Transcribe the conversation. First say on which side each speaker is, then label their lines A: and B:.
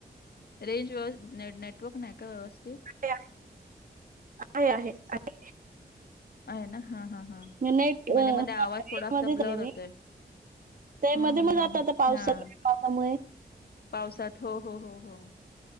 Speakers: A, on the left (about 70°); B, on the right (about 55°).
A: रेंज व नट नेटवर्क नाही का व्यवस्थित?
B: आहे, आहे, आहे.
A: आहे ना, हा, हा, हा
B: मी नेट
A: मध्ये, मध्ये आवाज थोडासा
B: मध्ये झाले
A: ब्लर
B: मी
A: होतोय.
B: ते
A: हम्म
B: मध्ये,
A: हम्म
B: मध्ये जातं
A: हम्म हम्म.
B: आता पावसात
A: हा
B: पावसामुळे
A: पावसात हो, हो, हो, हो